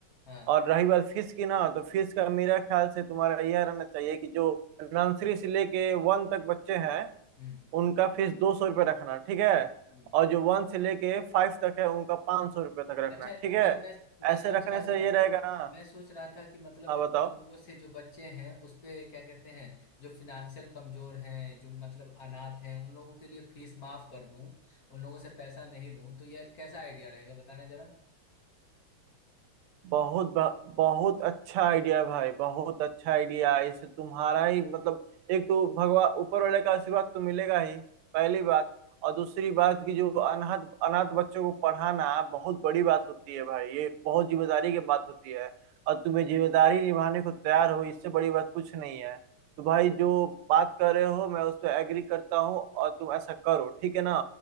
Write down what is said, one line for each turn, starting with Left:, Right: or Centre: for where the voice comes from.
Left: हाँ
Right: और रही बात फीस की ना तो फीस का मेरा ख्याल से तुम्हारा यह रहना चाहिए कि जो नर्सरी से लेके वन तक बच्चे हैं
Left: हम्म
Right: उनका फीस दो सौ रुपये रखना ठीक है
Left: हम्म
Right: और जो वन से लेके फाइव तक है उनका पाँच सौ रुपये तक रखना
Left: अच्छा
Right: ठीक है
Left: यार मैं मैं
Right: ऐसे
Left: सोच
Right: रखने
Left: रहा
Right: से
Left: था ना
Right: ये रहेगा ना
Left: मैं सोच रहा था कि मतलब
Right: हाँ
Left: इन
Right: बताओ
Left: लोगों से जो बच्चे हैं उस पे क्या कहते हैं जो फिनेंशियल कमजोर हैं जो मतलब अनाथ हैं उन लोगों के लिए फीस माफ कर दूं उन लोगों से पैसा नहीं लूं तो यह कैसा आइडिया रहेगा बताना जरा
Right: बहुत ब- बहुत अच्छा आइडिया भाई बहुत अच्छा आइडिया है। इससे तुम्हारा ही मतलब एक तो भगवान ऊपर वाले का आशीर्वाद तो मिलेगा ही पहली बात और दूसरी बात कि जो अनाथ अनाथ बच्चों को पढ़ाना बहुत बड़ी बात होती है भाई ये बहुत जिम्मेदारी की बात होती है और तुम्हें जिम्मेदारी निभाने को तैयार हो इससे बड़ी बात कुछ नहीं है तो भाई जो बात कर रहे हो मैं उस पर एग्री करता हूँ और तुम ऐसा करो ठीक है ना